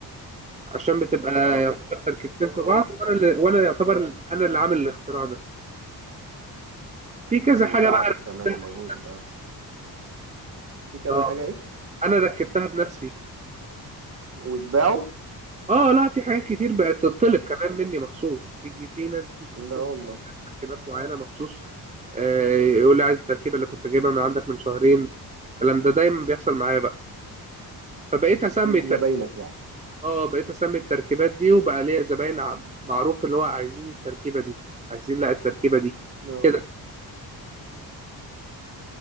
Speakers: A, on the right; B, on the right.
A: عشان بتبقى
B: اه
A: يعتبر تركيبتين في
B: اه
A: بعض وانا اللي وانا يعتبر انا اللي عامل الاختراع ده في كذا
B: وتعبك
A: حاجه بقى ركبتها
B: كمان ومجهودك
A: بنفسي
B: اه في كذا
A: اه
B: حاجه ايه
A: انا ركبتها بنفسي
B: وتباعه
A: اه لا في حاجات كتير بقت تطلب كمان مني مخصوص تيجي في ناس بتيجي تطلب
B: لا والله
A: تركيبات معينه مخصوص آه، يقول لي عايز التركيبه اللي كنت جايبها من عندك من شهرين الكلام ده دايما بيحصل معايا بقى فبقيت اسمي
B: ليك زباينك يعني
A: اه بقيت اسمي التركيبات دي وبقى ليا زباين عم- معروف اللي هو عايزين التركيبه دي عايزين لا التركيبه دي
B: اه
A: كده